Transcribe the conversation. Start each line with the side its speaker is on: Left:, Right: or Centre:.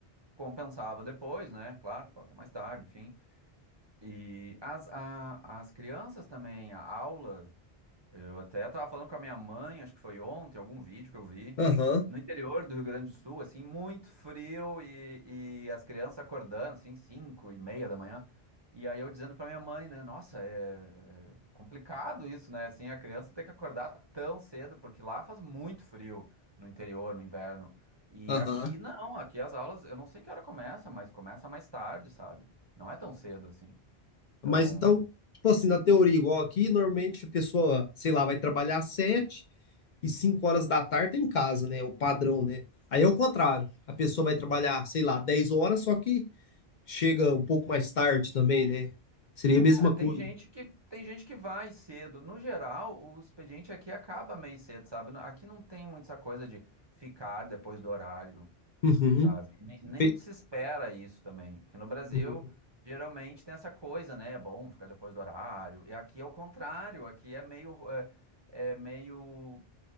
Right: compensava depois, né? Claro, ficava até mais tarde, enfim. E as, a- as crianças também, a aula. Eu até tava falando com a minha mãe, acho que foi ontem, algum vídeo que eu vi,
Left: Aham.
Right: no interior do Rio Grande do Sul, assim, muito frio e, e as crianças acordando, assim, cinco e meia da manhã. E aí eu dizendo pra minha mãe, né, nossa, é, é complicado isso, né, assim, a criança tem que acordar tão cedo, porque lá faz muito frio no interior, no inverno. E
Left: Aham.
Right: aqui não, aqui as aulas, eu não sei que hora começa, mas começa mais tarde, sabe? Não é tão cedo assim. Então.
Left: Mas então, tipo assim, na teoria, igual aqui, normalmente a pessoa, sei lá, vai trabalhar às sete e cinco horas da tarde tá em casa, né? O padrão, né? Aí é o contrário. A pessoa vai trabalhar, sei lá, 10 horas, só que chega um pouco mais tarde também, né? Seria a mesma
Right: É, tem
Left: coisa.
Right: gente que tem gente que vai cedo. No geral, o expediente aqui acaba meio cedo, sabe? N- Aqui não tem muito essa coisa de ficar depois do horário,
Left: Uhum.
Right: sabe? Nem, nem
Left: Fe-
Right: se espera isso também, porque no Brasil
Left: uhum.
Right: geralmente tem essa coisa, né? É bom ficar depois do horário. E aqui é o contrário. Aqui é meio é, é meio